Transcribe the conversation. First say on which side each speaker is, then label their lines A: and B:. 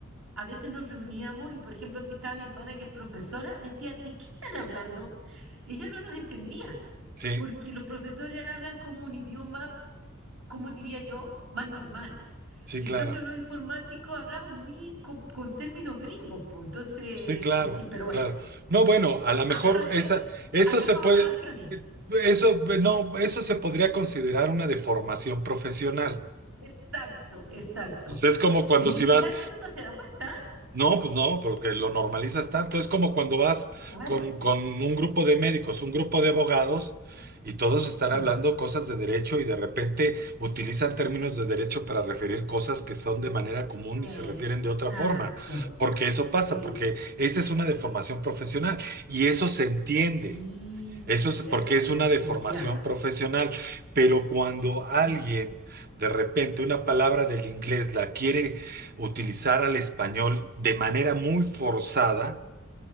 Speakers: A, on the right; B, on the right.
A: a veces nos reuníamos y, por ejemplo, si estaba mi hermana que es profesora, decía, ¿de qué están hablando? Ella no nos entendía,
B: sí,
A: porque los profesores hablan como un idioma, como diría yo, más normal.
B: sí,
A: En
B: claro,
A: cambio, los informáticos hablamos muy co- con, términos gringos, pues, entonces,
B: sí, claro,
A: así, pero bueno.
B: claro. No, bueno, a lo mejor
A: Aberración.
B: esa, eso
A: Hacemos
B: se puede,
A: aberraciones.
B: eso, no, eso se podría considerar una deformación profesional.
A: Exacto, exacto.
B: Entonces, es como
A: Sí,
B: cuando si vas,
A: y sabes que uno no se da cuenta, ¿eh?
B: No, pues no, porque lo normalizas tanto. Es como cuando vas
A: Claro.
B: con, con un grupo de médicos, un grupo de abogados, y todos están
A: Sí.
B: hablando cosas de derecho y de repente utilizan términos de derecho para referir cosas que son de manera común
A: Exacto.
B: y se refieren de otra forma. Porque eso
A: Sí.
B: pasa, porque esa es una deformación profesional y eso se entiende.
A: Mm,
B: Eso
A: cierto.
B: es porque es una deformación
A: Ya.
B: profesional, pero cuando alguien
A: Ya.
B: de repente una palabra del inglés la quiere utilizar al español de manera muy forzada,